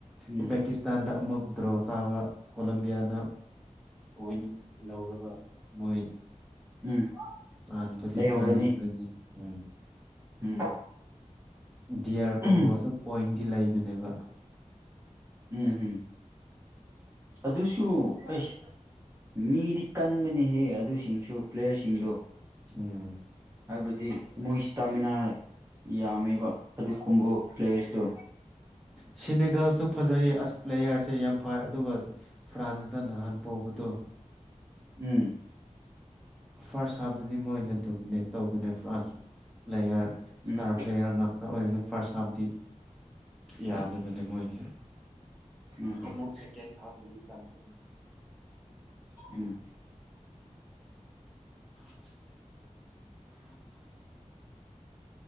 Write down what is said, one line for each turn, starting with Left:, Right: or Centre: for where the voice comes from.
Right: ꯎꯝ
Centre: ꯎꯕꯦꯀꯤꯁꯇꯥꯟꯗ ꯃꯨꯛꯗ꯭ꯔꯣ ꯇꯕ ꯀꯣꯂꯦꯝꯂꯝ ꯭ꯌꯥꯅ ꯑꯣꯏꯅꯟ ꯂꯧꯔꯒ ꯃꯣꯏ
Right: ꯎꯝ
Centre: ꯑꯅꯄ
Right: ꯂꯩꯍꯧꯔꯅꯤ
Centre: ꯀꯔꯔꯅꯤ ꯎꯝ
Right: ꯎꯝ
Centre: ꯗꯤꯌꯔ ꯀꯣꯡꯒꯣꯁ
Right: ꯎꯝ
Centre: ꯄꯣꯏ ꯁꯤ ꯂꯩꯕꯅꯦꯕ
Right: ꯎꯝ ꯎꯝ ꯑꯗꯨꯁꯨ ꯑꯩ ꯃꯤꯗꯤ ꯀꯟꯕꯅꯦꯍꯦ ꯑꯗꯨꯁꯤꯡꯁꯨ ꯄ꯭ꯂꯦꯌꯔꯁꯤꯡꯗꯣ
Centre: ꯎꯝ
Right: ꯍꯥꯏꯕꯗꯤ ꯃꯣꯏ ꯏꯁꯇꯥꯃꯤꯅꯥ ꯌꯥꯝꯃꯦꯕ ꯑꯗꯨ ꯀꯣꯡꯒꯣ ꯄ꯭ꯂꯦꯌꯔꯁꯤꯗꯣ
Centre: ꯎ ꯁꯤꯅꯦꯒꯜꯁꯨ ꯐꯖꯩ ꯑꯁ ꯄ꯭ꯂꯦꯌꯥꯔꯁꯦ ꯌꯥꯝ ꯐꯩ ꯑꯗꯨꯒ ꯐ꯭ꯔꯥꯟꯁꯗ ꯅꯍꯥꯟ ꯄꯣꯕ ꯇꯣ
Right: ꯎꯝ
Centre: ꯐꯥꯔꯁ ꯍꯥꯐꯇꯗꯤ ꯃꯣꯏꯅ ꯗꯣꯃꯤꯅꯦꯠ ꯇꯧꯕꯅꯦ France player star
Right: um
Centre: player ꯉꯥꯛꯇ ꯑꯣꯏꯔꯤꯅꯤ ꯐꯥꯔꯁ ꯍꯥꯐꯇꯗꯤ ꯌꯥꯗꯕ ꯃꯅꯦ ꯃꯣꯏꯒꯦ
Right: ꯎꯝ
Centre: ꯑꯃꯨꯛ ꯁꯦꯀꯦꯟ ꯍꯥꯐꯗꯒꯤ ꯆꯟꯒꯅꯤ
Right: ꯎꯝ
Centre: <unintelligible>